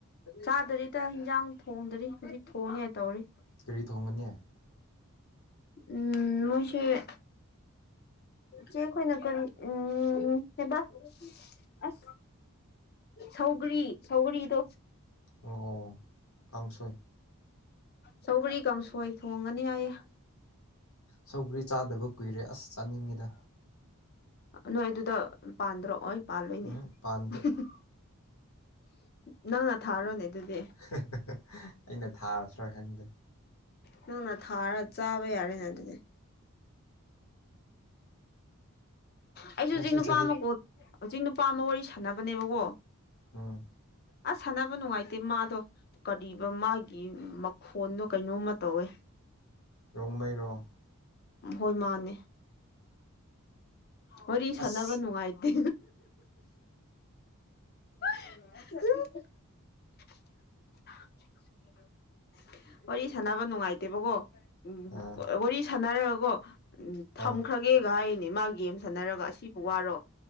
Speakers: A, on the left (about 45°); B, on the left (about 70°).
A: ꯆꯥꯗꯔꯤꯗ ꯏꯟꯁꯥꯡ ꯊꯣꯡꯗꯔꯤ ꯍꯧꯖꯤꯛ ꯊꯣꯡꯉꯦ ꯇꯧꯔꯤ
B: ꯀꯔꯤ ꯊꯣꯡꯒꯅꯤ
A: ꯎꯝ ꯃꯣꯏꯁꯦ ꯆꯦ ꯈꯣꯏꯅ ꯀꯔꯤ ꯎꯝ ꯍꯕ ꯑꯁ ꯁꯧꯒꯔꯤ ꯁꯧꯒꯔꯤꯗꯣ
B: ꯑꯣ ꯀꯥꯡꯁꯣꯏ
A: ꯁꯧꯒꯔꯤ ꯀꯥꯎꯁꯣꯏ ꯊꯣꯡꯉꯅꯤ ꯍꯥꯏꯌꯦ
B: ꯁꯧꯒ꯭ꯔꯤ ꯆꯥꯗꯕ ꯀꯨꯏꯔꯦ ꯑꯁ ꯆꯥꯅꯤꯡꯉꯤꯗ
A: ꯅꯣꯏ ꯑꯗꯨꯗ ꯄꯥꯟꯗ꯭ꯔꯣꯑꯣꯏ ꯄꯥꯜꯂꯣꯏꯅꯦ
B: ꯎꯝ
A: ꯑꯝ
B: ꯄꯥꯝꯗꯦ
A: ꯍꯨꯝ ꯍꯨꯝ ꯅꯪꯅ ꯊꯥꯔꯣꯅꯦ ꯑꯗꯨꯗꯤ
B: ꯍꯦ ꯍꯦ ꯍꯦ ꯑꯩꯅ ꯊꯥꯔꯁꯨ꯭ꯔꯥ ꯈꯪꯗꯦ
A: ꯅꯪꯅ ꯊꯥꯔ ꯆꯥꯕ ꯌꯥꯔꯦꯅꯦ ꯑꯗꯨꯗꯤ ꯑꯩꯁꯨ
B: ꯅꯪꯁꯤ
A: ꯍꯧꯖꯤꯛ ꯅꯨꯄꯥ
B: ꯆꯍꯤ
A: ꯑꯃꯀꯣꯠ ꯍꯧꯖꯤꯛ ꯅꯨꯄꯥ ꯅꯨꯄꯥꯝꯕ ꯋꯥꯔꯤ ꯁꯥꯟꯅꯕꯅꯦꯕꯀꯣ
B: ꯎꯝ
A: ꯑꯁ ꯁꯥꯟꯅꯕ ꯅꯨꯡꯉꯥꯏꯇꯦ ꯃꯥꯗꯣ ꯀꯔꯤꯕ ꯃꯥꯒꯤ ꯃꯈꯣꯟꯗꯣ ꯀꯩꯅꯣꯝꯃ ꯇꯧꯋꯦ <unintelligible>
B: ꯔꯣꯡꯃꯩꯔꯣ
A: ꯍꯣꯏ ꯃꯥꯅꯦ ꯋꯥꯔꯤ ꯁꯥꯟꯅꯕ
B: ꯑꯁ
A: ꯅꯨꯡꯉꯥꯏꯇꯦ <inaudible> ꯋꯥꯔꯤ ꯁꯥꯟꯅꯕ ꯅꯨꯡꯉꯥꯏꯇꯦꯕꯀꯣ ꯎ
B: ꯑꯥ
A: ꯋꯥꯔꯤ ꯁꯥꯟꯅꯔꯒꯀꯣ
B: ꯍꯣꯏ
A: ꯊꯝꯈ꯭ꯔꯒꯦꯒ ꯍꯥꯏꯅꯦ ꯃꯥꯒꯤ ꯒꯦꯝ ꯁꯥꯟꯅꯔꯒ ꯑꯁꯤꯕꯨ ꯋꯥꯔꯣ